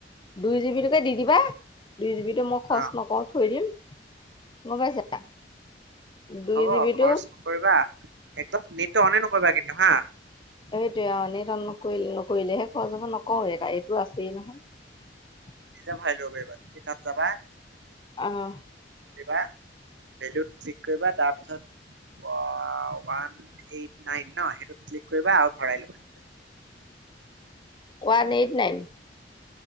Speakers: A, on the left; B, on the right.
A: দুই জিবিটোকে দি দিবা। দুই জিবিটো মই খৰচ
B: অ
A: নকৰোঁ, থৈ দিম। গম পাইছা? দুই
B: হ'ব
A: জিবিটো
B: খৰচ নকৰিবা, একদম নেটতো অনে নকৰিবা কিন নাহা?
A: এইটোৱে অ, নেত অন নকৰিলে-নকৰিলেহে খৰছজ হব নকৰো নহয় এটা এইটো আছেই নহয়।
B: তুমি নিজে ভৰাই ল'ব পাৰিবা তুমি তাত যাবা
A: অহ ',
B: কিবা ভেলুত ক্লিক কৰিবা, তাৰপিছত ওৱান এইট নাইন ন? সেইটোত ক্লিক কৰিবা আৰু ভৰাই ল'বা।
A: One eight nine?